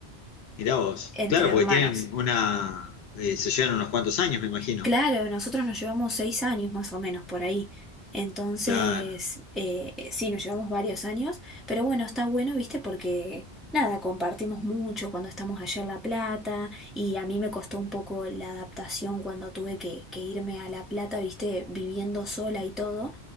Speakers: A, on the left; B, in the centre.
A: mirá vos.
B: entre
A: Claro,
B: hermanos.
A: porque tienen una... eh, se llevan unos cuantos años, me imagino.
B: Claro, nosotros nos llevamos seis años más o menos por ahí. Entonces,
A: Claro,
B: eh, eh, sí, nos llevamos varios años, pero bueno, está bueno, ¿viste? Porque nada, compartimos mucho cuando estamos allá en La Plata y a mí me costó un poco la adaptación cuando tuve que, que irme a La Plata, ¿viste? Viviendo sola y todo.